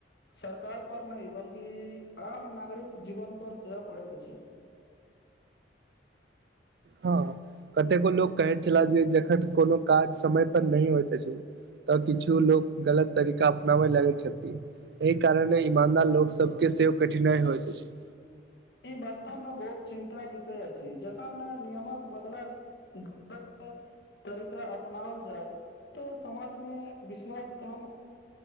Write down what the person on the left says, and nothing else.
सरकार पर नही बल्कि आम नागरिक जीवन पर सेहो पड़ैत अछि।
ई वास्तव में बहुत चिन्ता विषय अछि जखन नियमक बदला <unintelligible> तरीका अपनाओल जाय तऽ समाज में विश्वास कम